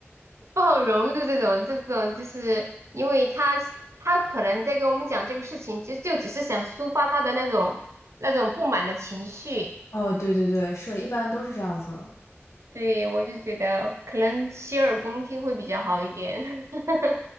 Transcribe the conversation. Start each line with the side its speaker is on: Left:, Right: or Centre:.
Right: 不好融入这种这种，就是因为他他可能在跟我们讲这个事情，就就只是想抒发他的那种那种不满的情绪。
Left: 哦，对对对，是一般都是这样子。
Right: 对，我就觉得可能洗耳恭听会比较好一点。<laughs>